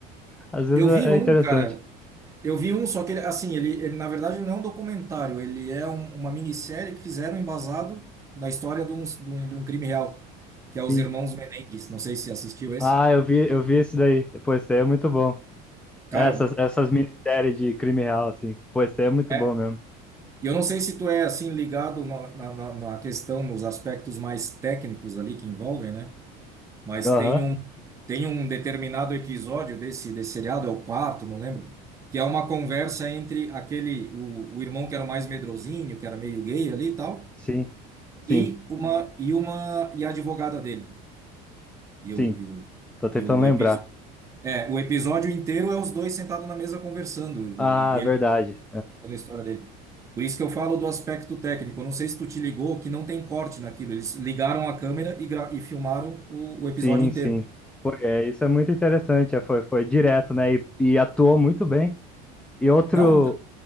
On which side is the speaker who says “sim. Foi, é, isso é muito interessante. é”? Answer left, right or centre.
Centre